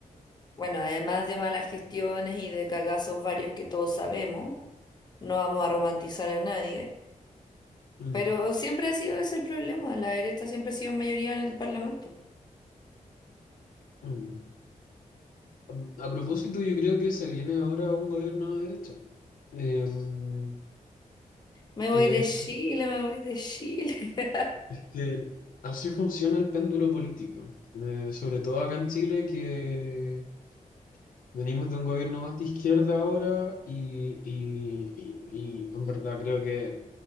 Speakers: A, on the left; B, on the left.
A: Bueno, además de malas gestiones y de cagazos varios que todos sabemos, no vamos a romantizar a nadie.
B: mm,
A: Pero siempre ha sido ese el problema. La derecha siempre ha sido mayoría en el Parlamento.
B: mm. A a propósito, yo creo que se viene ahora un gobierno de derecha. Eh, mm,
A: Me voy
B: eh,
A: de Chile, me voy de Chile. <laughs>
B: es que que así funciona el péndulo político, Eh, sobre todo acá en Chile, que Venimos de un gobierno más de izquierda ahora y, y- y- y en verdad creo que,